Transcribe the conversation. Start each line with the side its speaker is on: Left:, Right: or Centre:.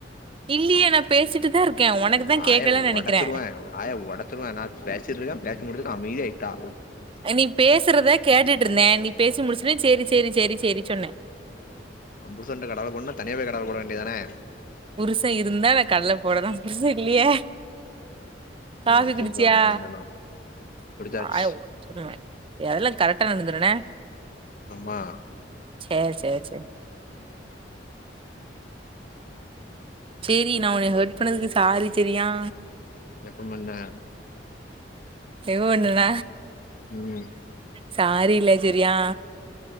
Right: இல்லியே நா பேசிட்டு தா இருக்க உனக்கு
Left: வாய
Right: தா கேக்கல நெனைக்கிறே
Left: ஒடச்சிருவே வாய ஒடச்சிருவே நா பேசிட்டிருக்க பேசி முடிச்சிது அமைதியா ஆயிட்டா
Right: நீ பேசுறத கேட்டுட்டு இருந்தே நீ பேசி முடிச்ச ஒன்னே சேரி சேரி சேரி சேரி சொன்னே
Left: ஓ புருசன்ட கடலபோட்னோனா தனியாபோய் கடல போட வேண்டிய தானே
Right: புருச இருந்தா நா கடல போடலா புருச இல்லையே காஃபி
Left: ஏ வச்சிருக்க
Right: குடிச்சியா
Left: ஒரு நாலஞ்செண்ணோ புடிச்சாச்சு
Right: வாய ஒடச்சிருவே இதெல்லா கரெக்டா நடந்துரு என்ன
Left: ஆமா
Right: சேர் சேர் சேர் சேரி நா உன்ன ஹெர்ட் பண்ணதுக்கு சாரி செரியா
Left: எப்போ பண்ண
Right: எப்ப பண்ணுன
Left: ம்
Right: சாரிலே செரியா